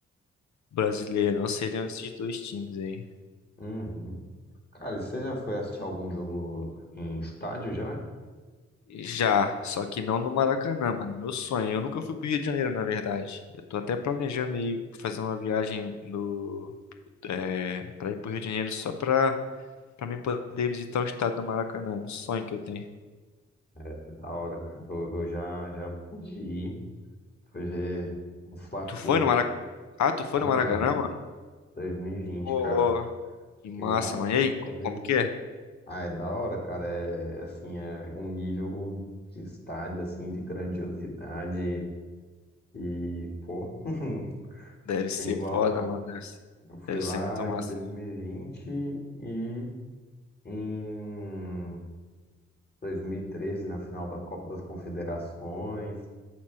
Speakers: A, on the left; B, on the left.
A: brasileiro. Não seriam esses dois times aí.
B: Uhum. Cara, e você já foi assistir algum jogo em estádio já?
A: Já, só que não no Maracanã, mano. Meu sonho. Eu nunca fui pro Rio de Janeiro, na verdade. Eu tô até planejando ir fazer uma viagem no, é, pra ir pro Rio de Janeiro só pra, pra mim poder visitar o estado do Maracanã. Um sonho que eu tenho.
B: É Da hora, cara. Eu, eu já, já pude ir. Foi ver um Fla-Flu.
A: Tu foi no Maracanã? Ah, tu foi
B: Aham,
A: no Maracanã, mano?
B: 2020,
A: Pô,
B: cara.
A: ó, que massa,
B: Fui lá
A: mano. E aí,
B: fazer.
A: como que é?
B: Ah, é da hora, cara. É assim, é um nível de estádio, assim, de grandiosidade. E, pô, <laughs>
A: Deve
B: tem
A: ser
B: igual
A: foda,
B: não.
A: mano. Deve ser
B: Eu fui
A: deve
B: lá
A: ser muito massa.
B: em 2020
A: mano.
B: e vinte e em 2013, na final da Copa das Confederações.